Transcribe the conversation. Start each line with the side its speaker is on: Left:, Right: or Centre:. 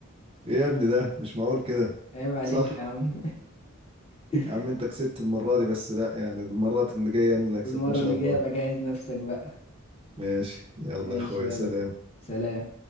Right: ايه يا ابني ده مش معقول كده
Left: عيب عليك
Right: صح
Left: يا عم <laughs>
Right: يا عم انت كسبت المرة دي بس لا يعني المرات اللي جاية انا اللي اكسب
Left: المرة
Right: ان شاء
Left: اللي
Right: الله
Left: جاية ابقى جهز نفسك بقى
Right: ماشي يلا
Left: ماشي
Right: يا اخويا
Left: يلا
Right: سلام
Left: سلام